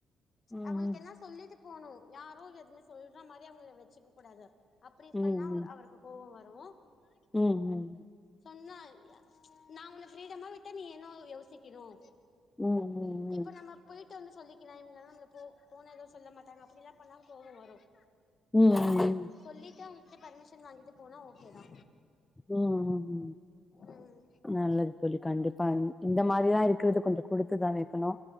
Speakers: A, on the left; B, on the left.
A: ம்
B: அவுகளுக்கென்ன சொல்லிட்டு போகணு யாரோ எதுவுமே சொல்ற மாரி அவுங்கள வச்சிக்க கூடாது அப்டி
A: ம்
B: பண்ணா அவருக்கு கோவம் வரும் ரூ <unintelligible>
A: ம் ம்
B: சொன்னா நா உன்ன ஃப்ரீடமா விட்டா நீ என்னொடது யோசிக்கணும்
A: ம் ம் ம்
B: இப்ப நம்ம போயிட் டு வந்து சொல்லிக்கலா இவுங்களதா நம்மள போ போனா எதுவு சொல்ல மாட்டாங்க அப்புடியெல்லா பண்ணா கோவொ வரூம்
A: ம் ம் ம்
B: சொல்லிட்டு அவுங் கிட்ட பர்மிஷன் வாங்கிட்டு போனா ஓகே தா
A: ம் ம் ம்
B: ம்
A: நல்லது தோழி கண்டிப்பா இந் இந்த மாரிதா இருக்கறது கொஞ்சொ குடுத்துதா வைக்கணு